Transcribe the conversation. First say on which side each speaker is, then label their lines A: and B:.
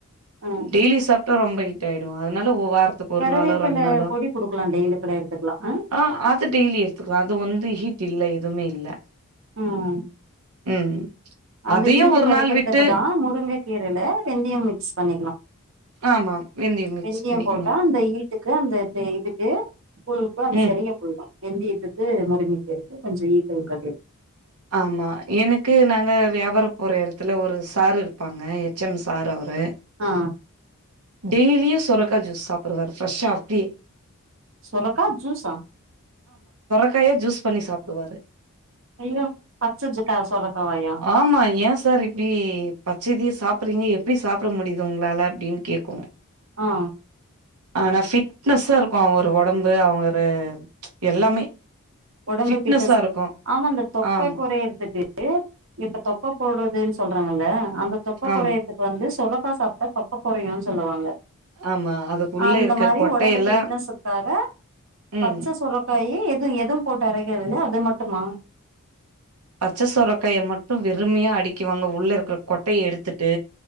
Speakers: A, on the right; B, on the right.
A: ம்
B: டெய்லி சாப்டா ரொம்ப ஹீட் ஆயிடு. அதுனால ஒ வார ரத்துக்கு ஒரு
A: கருவேப்பில
B: நாளோ ரெண்நாளோ
A: பொடி குடுக்கலா டெய்லி கூட எடுத்துக்கலா ஆ
B: அ அது டெய்லி எடுத்துக்லா அதுவொந்து ஹீட் ட்டு இல்ல எதுமே இல்ல
A: ம்
B: ம்
A: அந்த
B: அதையு
A: ஹீட்டு
B: ஒரு
A: கொறக்கிறதுக்குதா
B: நாள் விட்டு
A: முருங்க கீரல வெந்தயம் மிக்ஸ் பண்ணிக்லா.
B: ஆமா வெந்தயம் மிக்ஸ்
A: வெந்தியம்
B: பண்ணிக்கணு
A: போட்டா அந்த ஹீட்டுக்கு அந்த ந்த இதுக்கு கூழ்க்கு அது
B: ம்
A: செறியா போய்டு வெந்தியத்துக் வந்து <unintelligible> இருக்கு கொஞ்சோ <unintelligible>
B: ஆமா எனக்கு நாங்க வியாபாரோ போற எடத்துல ஒரு சார் இருப்பாங்க. எச் எம் சார் அவர் வ
A: ஆ
B: டெய்லியு சொரக்கா ஜூஸ் சாப்புடுவாரு ஃப்ரஷ்ஷா அப்டியே
A: சொரக்கா ஜூஸா
B: க்காய ஜூஸ் பண்ணி சாப்டுவாரு.
A: ஐயோ பச்ச ஜக்கா சொரக்காவாயா
B: ஆமா ஏ சார் இப்டி பச்ச இதயே சாப்புறீங்க எப்டி சாப்ட முடியுது உங்ளால அப்டினு கேக்கு
A: ஆ
B: ஆனா ஃபிட்னஸ்ஸா இருக்கு அவரு ஒடம்பு அவங்கரு எல்லாமே
A: ஒடம்பு
B: ஃபிட்னஸா
A: ஃபிட்னஸ்
B: இருக்கும்.
A: ஆமா அந்த தொப்ப
B: ஆமா,
A: கொறையுறதுக்கு இப்ப தொப்ப போடுறதுனு சொல்றாங்கல்ல அந்த தொப்ப
B: ஆமா,
A: கொறையுறதுக்கு வந்து சொரக்கா சாப்ட்டா தொப்ப கொறையுனு சொல்லுவாங்க
B: ஆமா. அதுக்குள்ள
A: அந்த
B: இருக்க
A: மாரி
B: கொட்டையெல்லாம்
A: ஒடம்பு ஃபிட்னஸுக்காக பச்சை
B: ம்.
A: சொரக்காயே எது எதுவும் போட்டு அரைக்கறதில்ல அது மட்டுமா?
B: பச்ச சொரக்காய மட்டு வெறுமையா அடிக்குவாங்க உள்ள இருக்குற கொட்டைய எடுத்துட்டு